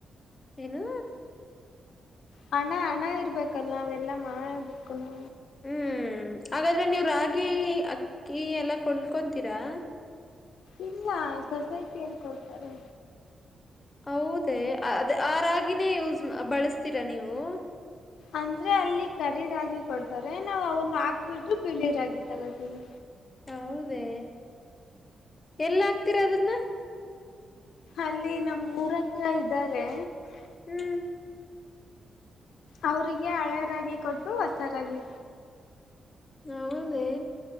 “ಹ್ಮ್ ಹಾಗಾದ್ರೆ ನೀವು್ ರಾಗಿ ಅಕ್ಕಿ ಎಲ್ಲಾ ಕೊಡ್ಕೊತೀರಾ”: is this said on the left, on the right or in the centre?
Left